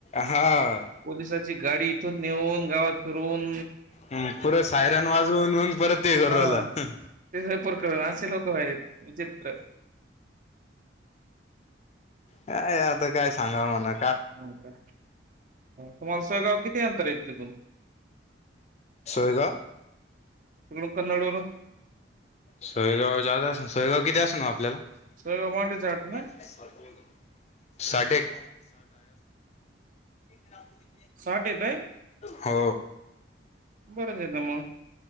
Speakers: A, on the left (about 35°); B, on the right (about 45°).
A: हा
B: पोलस गाडी इथून नेऊन गावात फिरून
A: हम पुरं सायरन वाजवून मग परत ते कर
B: हा
A: आलं.
B: ते पुर नाश लोक व विचित्र.
A: अ आता काय सांगाव मणा.
B: हो का. तुम्हाला सोयगाव किती अंतर आहे तिथून?
A: सोयगाव.
B: तड कन्नड वरून
A: सोयगाव जात अस सोयगाव किती असं ना आपल्याला? <inaudible>
B: सोयगाव माटेच आहे वाटतं ना
A: षेक राहू दे.
B: साठ येतोय.
A: हो
B: बरंच येतं मग